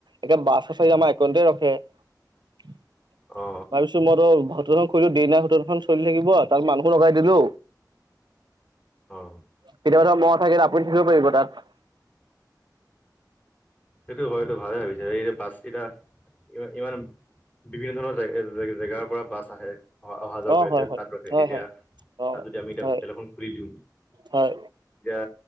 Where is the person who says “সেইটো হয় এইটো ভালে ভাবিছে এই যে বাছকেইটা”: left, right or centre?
Left